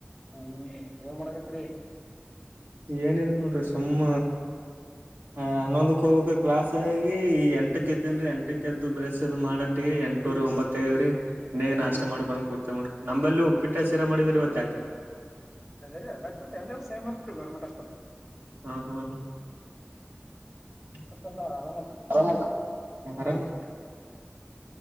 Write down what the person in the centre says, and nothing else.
ಹ್ಮ್ ಏ ಮಾಡಗತ್ರಿ
ಹಾ
<unintelligible> ಗರ್ಮಂಟ್ ಆಸ್ಪತ್
ಮತ್ತೆಲ್ಲಾ ಆರಾಮಲ್ಲ